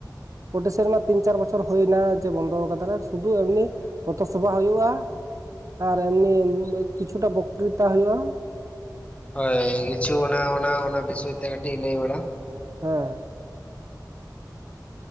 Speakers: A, on the right (about 50°); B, on the left (about 20°).
A: ᱯᱳᱴᱮ ᱥᱮᱨᱢᱟ ᱛᱤᱱ ᱪᱟᱨ ᱵᱚᱪᱷᱚᱨ ᱦᱳᱭᱱᱟ ᱡᱮ ᱵᱚᱱᱫᱚ ᱟᱠᱟᱫᱟᱞᱮ ᱥᱩᱫᱷᱩ ᱮᱢᱱᱤ ᱯᱚᱛᱷᱚ ᱥᱚᱵᱷᱟ ᱦᱳᱭᱳᱜᱼᱟ᱾ ᱟᱨ ᱮᱢᱱᱤ ᱠᱤᱪᱷᱩᱴᱟ ᱵᱚᱠᱛᱨᱤᱛᱟ ᱦᱳᱭᱳᱜᱼᱟ᱾
B: ᱦᱳᱭ ᱠᱤᱪᱷᱩ ᱚᱱᱟ ᱚᱱᱟ ᱚᱱᱟ ᱵᱤᱥᱚᱭ ᱛᱮ ᱠᱟᱹᱴᱤᱜ ᱞᱟᱹᱭ ᱵᱟᱲᱟ᱾
A: ᱦᱮᱸ